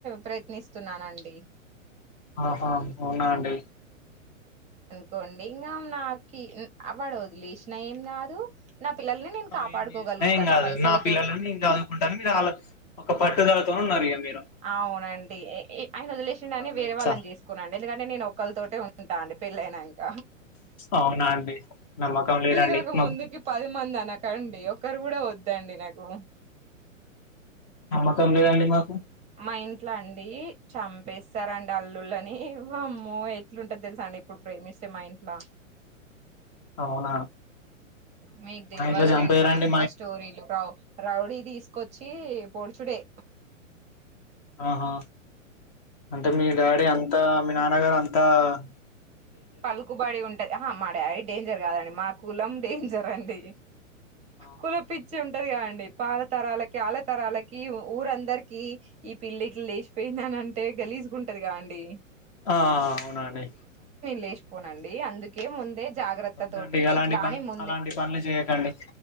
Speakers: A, on the right; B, on the left.
A: ప్రయత్నిస్తున్నానండి
B: ఆహా అవునా అండి
A: కొండి ఇంకా నాకు అ వాడు వదిలేసినా ఏం కాదు నాకు పిల్లల్ని నేను
B: వాళ్ళు
A: కాపాడుకోగలుగుతాను
B: ఏం చేసినా ఏం కాదు
A: పైసల
B: నా పిల్లలని
A: తోటి
B: నేను చదువుకుంటాను మీరు ఆళ్ళ ఒక పట్టుదలతో ఉన్నారు ఇగ మీరు
A: అవునండి ఆయన వదిలేసిని
B: మిర్చా
A: వేరే వాళ్ళని చేసుకున్నాండి ఎందుకంటే అే నేను ఒక్కరితోటే ఉంటా అండి పెళ్లయినంక
B: అవునా అండి నమ్మకం లేదండి
A: కాక
B: మాకు
A: ముందుకి పది మంది అనకండి ఒకరు కూడా వద్దండి నాకు
B: నమ్మకం లేదండి మాకు
A: మా ఇంట్లో అండి చంపేస్తార అండి అల్లుళ్ళని మా అమ్మ ఎట్లుంటందో తెలుసా అండి ఇప్పుడు ప్రేమిస్తే మా ఇంట్లో
B: అవునా
A: మీకు
B: మా
A: తెలియవదులేండి
B: ఇంట్లో చంపేయరండి
A: మా ఇంట్లో స్టోరీలు రౌడీ తీసుకొచ్చు పోొడుచుడే
B: ఆహా అంటే మీ డాడీ అంతా మీ నాన్నగారు అంత ద
A: పల్కు బాడి ఉంటది మ డాడీ డేంజర్ కాదండి మా కులం డేంజర్ అండి
B: ఆహా.
A: కుల పిచ్చే ఉండ ఉంటది కా అండి పాాల తరాలకి ఆళ్ తరాలకి ఊరందరికి ఈ పిళ్లిట్లు లేచిపోయిందని అంటే గలీజుగాంటది కా అండి
B: ఆ అవునండి
A: లేచిపోనండి అందుకే ముందే జాగ్రత్త
B: వద్దండి
A: తోటి
B: అలాంటి
A: ఇట్లానే
B: పని
A: ముందే
B: అలాంటి పనులు చేయకండి